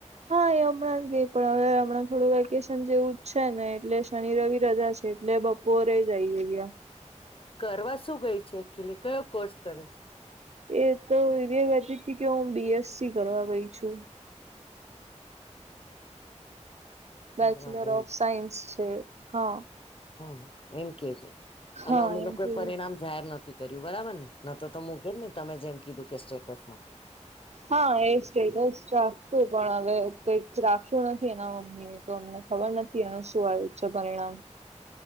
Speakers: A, on the right; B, on the left.
A: હા એ હમણાં જ ગઈ પણ હવે હમણાં થોડું વેકેશન જેવું છે ને એટલે શનિ રવિ રજા છે એટલે પોરે જ આઇ ગ્યા
B: કરવા શું ગઈ છે? એકચુલી કયો કોર્સ કરે છે?
A: એ તો એવી વતી હતી કે હું બીએસસી કરવા ગઈ છું. બેચલર
B: કરવા ગઈ
A: ઓફ સાયન્સ છે હા.
B: હા એમ કે છે અને
A: હા
B: અમે
A: એમ
B: લોકો
A: કીધું
B: પરિણામ જાહેર નથી કર્યું બરાબર ને, ન તો તો મૂકે ને તમે જેમ કીધું કે સ્ટેટસમાં.
A: હા એ સ્ટેટસ રાખશું પણ હવે કઈક રાખ્યુ નથી એના મમ્મી તો અમને ખબર નથી એનું શું આયુ છે પરિણામ.